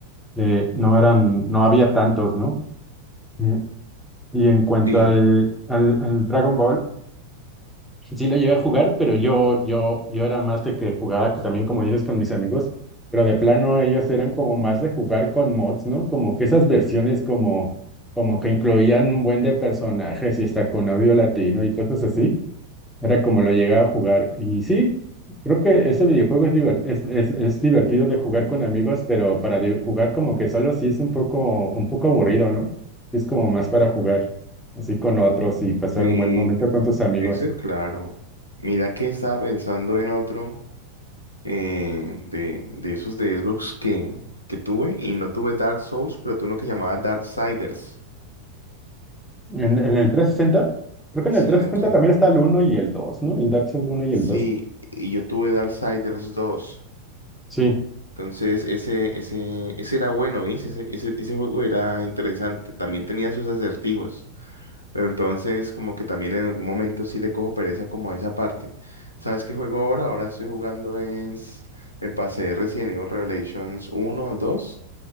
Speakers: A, in the centre; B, on the left.
A: eh, no eran, no había tantos, ¿no? Eh, y en cuanto
B: Sí.
A: al, al, al Dragon Ball, sí lo llegué a jugar, pero yo, yo, yo era más de que jugaba que también, como dices, con mis amigos, pero de plano ellos eran como más de jugar con mods, ¿no? Como que esas versiones como, como que incluían un buen de personajes y hasta con audio latino y cosas así. Era como lo llegaba a jugar. Y sí, creo que ese videojuego es, divert- es, es, es divertido de jugar con amigos, pero para di- jugar como que solo sí es un poco, un poco aburrido, ¿no? Es como más para jugar así con otros y pasar
B: Sí,
A: un buen momento con tus amigos.
B: eso es claro. Mira que estaba pensando en otro eh, de, de esos de Xbox que, que tuve y no tuve Dark Souls, pero tuve uno que llamaba Darksiders.
A: En, en el trescientos sesenta creo que en el
B: Sí,
A: 360
B: entre.
A: también está el uno y el dos ¿no? El Dark Souls uno y
B: Sí,
A: el dos
B: y yo tuve Darksiders dos.
A: Sí,
B: Entonces, ese, ese, ese era bueno, ¿viste? Ese, ese, ese juego era interesante. También tenía sus acertijos. Pero entonces como que también en algún momento sí le cojo pereza como a esa parte. ¿Sabes qué juego ahora? Ahora estoy jugando es... Me pasé Resident Evil Revelations uno dos